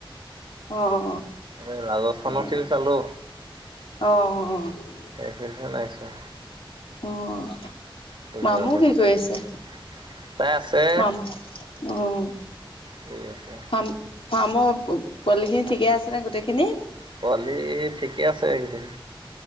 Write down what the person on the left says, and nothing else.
অ অ
এ
অ অ
অ'।
মামু কি কৰি
আছে?
মামু, অ'।
ফাৰ্ম ফাৰ্মৰ পোৱালি খিনি ঠিকে আছে ন গোটেইখিনি